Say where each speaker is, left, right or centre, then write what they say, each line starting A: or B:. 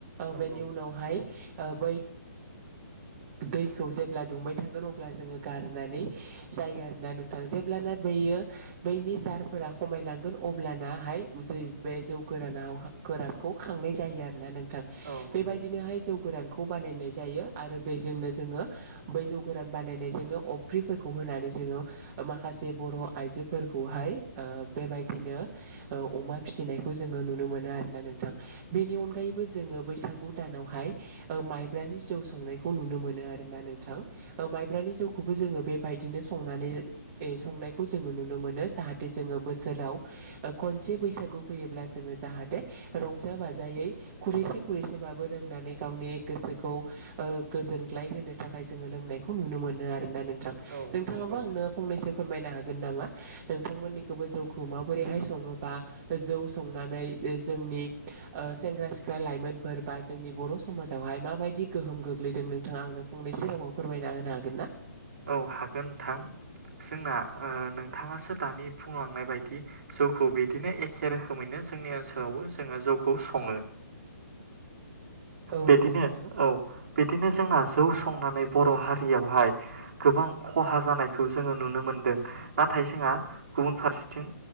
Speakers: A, on the right; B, on the right.
A: नंगौ
B: बेनि
A: औ नंगौ
B: उनावहाय बै दैखौ जेब्ला दुंबाय थागोन अब्ला जोङो गारनानै जायो आरो ना नोंथां जेब्लाना बैयो बैनि जारफोरा खमायलांगोन अब्लानाहाय ज बे जौ गोरानाव गोरानखौ खांनाय जायो आरोना नोंथां
A: औ नंगौ
B: बेबायदिनोहाय जौ गोरानखौ खौ बानायनाय जायो आरो बेजोंनो जोङो बैजौ गोरान बानायनायजोंनो अफ्रिफोरखौ होनानै जोङो माखासे बर' आइजोफोरखौहाय ओ बेबायदिनो अमा फिसिनायखौ खौ जोङो नुनो मोनो आरोना नोंथां बेनि अनगायैबो जोङो बैसागु दानावहाय ओ माइब्रानि जौ संनायखौ नुनो मोनो आरोना नोंथां माइब्रानि जौखौबो जोङो बेबायदिनो संनानै संनायखौ जोङो नुनो मोनो जाहाथे जोङो बोसोराव खनसे बैसागु फैयोब्ला जोङो जाहाथे रंजा बाजायै खुरैसे खुरैसेबाबो लोंनानै गावनि गोसोखौ ओ गोजोनग्लाय होनो थाखाय जोङो लोंनायखौ नुनो मोनो आरोना नों थां
A: औ
B: नोंथाङाबो
A: नंगौ
B: आंनो फंनैसो फोरमायनो हागोन नामा नोंथांमोननि बो जौखौ माबोरैहाय
A: उम
B: सङो बा जौ संनानै जोंनि ओ सेंग्रा सिख्ला लाइमोनफोर बा जोंनि बर' समाजावहाय फ्राय माबायदि गोहोम गोग्लैदों नोंथाङा आंनो फंनैसो राव फोरमायना होनो हागोन ना?
A: औ हागोन नोंथां। जोंना ओ नोंथाङासो दानि बुंलांनाय बायदि जौखौ बिदिनो एखे रोखोमैनो जोंनि ओनसोलावबो जोङो जौखौ सङो।
B: <inaudible> औ
A: बिदिनो
B: नंगौ नोंथां
A: औ बिदिनो जोंना जौ संनानै बर' हारियावहाय गोबां खहा जानायखौ जोङो नुनो मोनदों नाथाय जोंहा गुबुन फारसेथिं